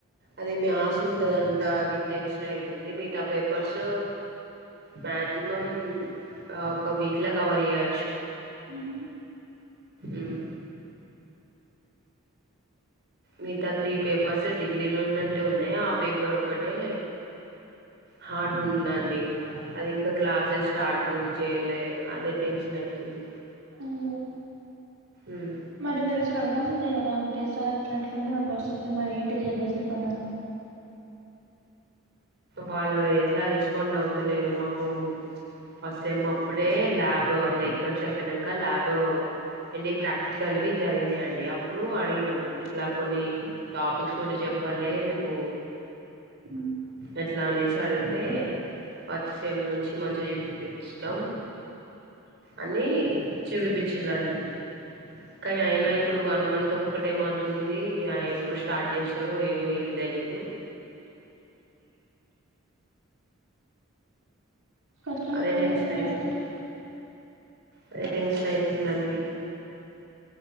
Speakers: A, on the right; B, on the right.
A: అది మ్యాస్ ఉంటదన్ ట అది టెన్షన్ అయితుంది మిగతా పేపర్స్ మాక్సిమం ఒక వీక్ లా కవర్ చేయచ్చు
B: మ్మ్ఉమ్మ్
A: ఉమ్మ్ మిగతా త్రీ పేపర్స్ డిగ్రీలో ఉన్నట్టే ఉన్నాయి ఆ పేపర్ ఒక్కటే హార్డ్ ఉందండి అది ఇంకా క్లాసెస్ స్టార్ట్ కూడా చేయలే అదే టెన్షన్ అయితుంది
B: అయ్యో
A: ఉమ్
B: మరి మీరు అసలు అడగాల్సిందే కదా అంటే సార్ట్ ఇట్లిట్లుంది మా పరిస్థితి మరి ఏంటి లేదో చెప్పండి అని
A: వాళ్ళు ఎట్లా రెస్పాండ్ అవుతలేరు మాకు ఫస్ట్ సెమ్ అప్పుడే ల్యాబ్ అంటే ఎగ్జామ్స్ అయిపోయినాంక ల్యాబ్ ఎండి ప్రాక్టికల్‌వి జరిగినాయి అండి అప్పుడు అడిగినం ఇట్లా కొన్ని టాపిక్స్ కూడా చెప్పాలే మేము
B: ఉమ్
A: ఎట్లా అనేసి అడిగితే ఫస్ట్ సేమ్ నుంచి మంచిగా చెప్పిపిచ్చినం అని చేపిపిచ్చిలండి కానీ అయినా ఇప్పుడు వన్ మంత్ ఒక్కటే మంత్ ఉంది ఆ ఎప్పుడు స్టార్ట్ చేస్తారో ఏమో ఏం తెలిదు
B: కష్టమే
A: అదే
B: కదా
A: టెన్షన్
B: మరి ఇట్లా
A: అయితుంది
B: అయితే
A: అదే టెన్షన్ అయితుందండి